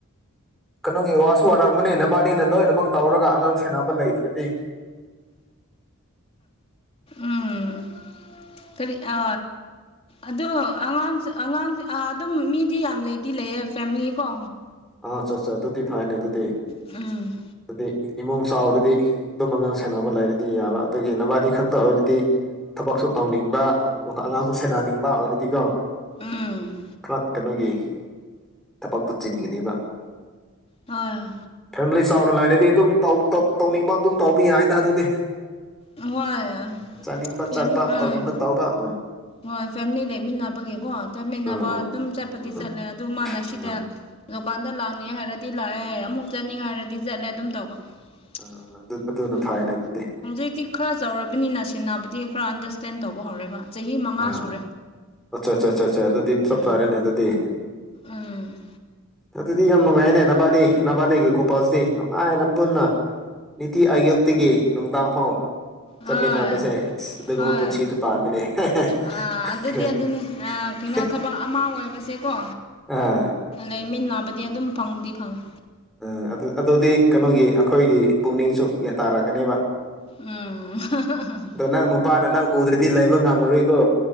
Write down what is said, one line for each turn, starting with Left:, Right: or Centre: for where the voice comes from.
Centre: ꯀꯩꯅꯣꯒꯤ ꯋꯥꯁꯨ ꯋꯥꯔꯛꯄꯅꯤ ꯅꯕꯥꯅꯤꯅ ꯂꯣꯏꯅꯃꯛ ꯇꯧꯔꯒ ꯑꯉꯥꯡ ꯁꯦꯅꯕ ꯂꯩꯕꯗꯗꯤ
Left: ꯎꯝ ꯀꯔꯤ ꯑ ꯑꯗꯨ ꯑꯉꯥꯡ ꯑꯉꯥꯡꯁꯦ ꯑꯥ ꯑꯗꯨꯝ ꯃꯤꯗꯤ ꯌꯥꯝ ꯂꯩꯗꯤ ꯂꯩꯌꯦ ꯐꯦꯃꯤꯂꯤ ꯀꯣ
Centre: ꯑꯥ ꯑꯆꯥ ꯑꯠꯆꯥ ꯑꯗꯨꯗꯤ ꯐꯅꯦ ꯑꯗꯨꯗꯤ
Left: ꯎꯝ
Centre: ꯑꯗꯨꯗꯤ ꯏꯃꯨꯡ ꯆꯥꯎꯔꯗꯤ ꯑꯗꯨꯝ ꯑꯉꯥꯡ ꯁꯦꯅꯕ ꯂꯩꯔꯗꯤ ꯌꯥꯕ ꯑꯗꯨꯒꯤ ꯅꯕꯥꯅꯤ ꯈꯛꯇ ꯑꯣꯏꯔꯗꯤ ꯊꯕꯛꯁꯨ ꯇꯧꯅꯤꯡꯕ ꯑꯉꯥꯡꯁꯨ ꯁꯦꯟꯅꯅꯤꯡꯕ ꯑꯣꯏꯔꯗꯤꯀꯣ
Left: ꯎꯝ
Centre: ꯈ꯭ꯂꯛ ꯇꯕꯒꯤ ꯊꯕꯛꯇꯨ ꯆꯤꯟꯒꯅꯤꯕ
Left: ꯑꯥ
Centre: ꯐꯦꯃꯤꯂꯤ ꯆꯥꯎꯅ ꯂꯩꯔꯗꯤ ꯑꯗꯨꯝ ꯇꯧ ꯇꯧ ꯇꯧꯅꯤꯡꯕ ꯑꯗꯨꯝ ꯇꯧꯕ ꯌꯥꯏꯗ ꯑꯗꯨꯗꯤ
Left: ꯍꯣꯏ
Centre: ꯆꯠꯅꯤꯡꯕ
Left: ꯐꯦꯝ
Centre: ꯆꯠꯄ
Left: ꯎꯝ
Centre: ꯇꯧꯅꯤꯡꯕ ꯇꯧꯕ ꯎꯝ
Left: ꯍꯣꯏ ꯐꯦꯃꯤꯂꯤ ꯂꯩꯃꯤꯟꯅꯕꯒꯤꯀꯣ ꯆꯠꯃꯤꯟꯅꯕ
Centre: ꯎꯝ ꯎꯝ
Left: ꯑꯗꯨꯝ ꯆꯠꯄꯗꯤ
Centre: ꯎꯝ
Left: ꯆꯠꯂꯦ ꯑꯗꯨ ꯃꯥꯅ ꯁꯤꯗ
Centre: ꯎꯝ
Left: ꯗꯨꯀꯥꯟꯗ ꯂꯥꯛꯑꯅꯤ ꯍꯥꯏꯔꯗꯤ ꯂꯥꯛꯑꯦ ꯑꯃꯨꯛ ꯆꯠꯅꯤꯡ ꯍꯥꯏꯔꯗꯤ ꯆꯠꯂꯦ ꯑꯗꯨꯝ ꯇꯧꯕ ꯎꯝ ꯆꯠ
Centre: ꯎꯝ ꯑꯗꯨ ꯑꯗꯨꯅ ꯐꯩꯅꯦ ꯑꯗꯨꯗꯤ
Left: ꯍꯧꯖꯤꯛꯇꯤ ꯈꯔ ꯆꯥꯎꯔꯕꯅꯤꯅ ꯁꯤꯟꯅꯕꯗꯤ ꯈꯔ ꯑꯟꯗꯔꯁꯇꯦꯟ ꯇꯧꯕ ꯍꯧꯔꯦꯕ ꯆꯍꯤ ꯃꯉꯥ
Centre: ꯑ
Left: ꯁꯨꯔꯦ
Centre: ꯑꯆꯥ ꯆꯥ ꯆꯥ ꯆꯥ ꯑꯗꯨꯗꯤ ꯆꯞ
Left: ꯎꯝ
Centre: ꯆꯥꯔꯦꯅꯦ ꯑꯗꯨꯗꯤ
Left: ꯎꯝ
Centre: ꯑꯗꯨꯗꯤ ꯌꯥꯝ ꯅꯨꯡꯉꯥꯏꯅꯦ ꯅꯕꯥꯅꯤ ꯅꯕꯥꯅꯤꯒꯤ ꯀꯣꯄꯜꯁꯤꯗꯤ ꯅꯨꯡꯉꯥꯏꯅ ꯄꯨꯟꯅ ꯅꯤꯇꯤ ꯑꯌꯨꯛꯇꯒꯤ ꯅꯨꯡꯗꯥꯡꯐꯥꯎ ꯆꯠꯃꯤꯟꯅꯕꯁꯦ
Left: ꯍꯣꯏ
Centre: ꯑꯗꯨꯒꯨꯝꯕ
Left: ꯍꯣꯏ
Centre: ꯄꯨꯟꯁꯤꯗꯨ ꯄꯥꯝꯃꯤꯅꯦ <unintelligible>
Left: ꯑꯥ ꯑꯗꯨꯗꯤ ꯑꯗꯨꯅꯦ ꯑꯥ ꯀꯩꯅꯣ ꯊꯕꯛ ꯑꯃ ꯑꯣꯏꯕꯁꯦꯀꯣ
Centre: ꯑꯥ
Left: ꯂꯩꯃꯤꯟ ꯅꯥꯕꯗꯤ ꯑꯗꯨꯝ ꯐꯪꯗꯤ ꯐꯪꯉꯦ
Centre: ꯎꯝ ꯑꯗꯨ ꯑꯗꯨꯗꯤ ꯀꯩꯅꯣꯒꯤ ꯑꯩꯈꯣꯏꯒꯤ ꯄꯨꯛꯅꯤꯡꯁꯨ ꯒ꯭ꯌꯥꯟ ꯇꯥꯔꯛꯀꯅꯦꯕ
Left: ꯎꯝ <unintelligible>
Centre: ꯑꯗꯣ ꯅꯪ ꯅꯨꯄꯥꯅ ꯅꯪ ꯎꯗ꯭ꯔꯗꯤ ꯂꯩꯕ ꯉꯝꯃꯔꯣꯏꯀꯣ